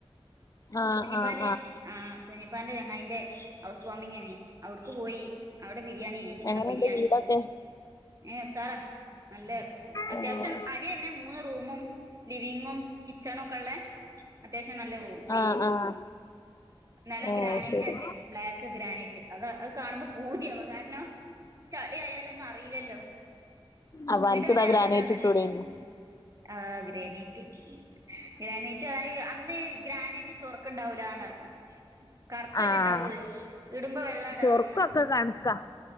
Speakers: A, on the left; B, on the right.
A: ആഹ്
B: കുഞ്ഞിപ്പാന്റെ
A: ആഹ്
B: ആഹ്, കുഞ്ഞിപ്പാന്റെ ചെങ്ങായിന്റെ ഹൗസ് വാമിംങേനി അവ്ട്ക്ക് പോയീ. അവ്ടെ ബിരിയാണ്യേനി, ചിക്കൻ
A: എങ്ങനെയുണ്ട്
B: ബിരിയാണി
A: വീടൊക്കെ
B: ഏഹ് ഉസാറാ നല്ല അത്യാവശ്യം
A: ആഹ്
B: അടിയന്നെ മൂന്ന് റൂമും ലിവിങ്ങും, കിച്ചൻ ഒക്കെള്ളെ അത്യാവശ്യം നല്ല റൂം.
A: ആഹ് ആഹ്
B: നെലം
A: ഏഹ്
B: ഗ്രാനൈറ്റാട്ടെ
A: ശരി
B: ബ്ലാക്ക് ഗ്രാനൈറ്റ്, അത് അത് കാണുമ്പോ പൂതിയാവ കാരണം ചളി ആയാലൊന്നും അറീലല്ലോ
A: അപ്പൊ അനക്ക്
B: ഇടാണേ
A: ഇതാ ഗ്രാനൈറ്റ്
B: അത്ഇടാനല്ലെ.
A: ഇട്ടൂടേനോ
B: ആഹാ ഗ്രാനേറ്റ് ഗ്രാനേറ്റ് ആയി അന്നേ ഗ്രാനേറ്റ്. ഈ ചൊർക്ക്ണ്ടാവൂലാന്ന് അറിഞ്‌ കർപ്പല്ലെ
A: ആഹ്
B: ഇണ്ടാവുള്ളൂ ഇടുമ്പവെള്ള. വെള്ള ഇടണംന്നാ
A: ചൊറുക്കൊക്കെ
B: മ്മ്.
A: കണക്കാ